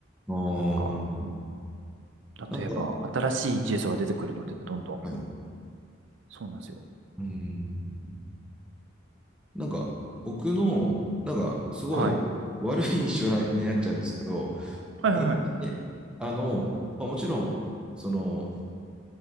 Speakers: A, in the centre; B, on the right (about 80°).
A: ああ、
B: なんか。
A: なるほど。なんか、
B: 例えば、新しい技術が出てくるので、どんどん。
A: はい。
B: そうなんですよ。
A: うん。なんか、僕の、なんか、すごい悪い印象になっちゃうんですけど、
B: はい。はいはいはい。
A: え、であの、まあ、もちろん、その、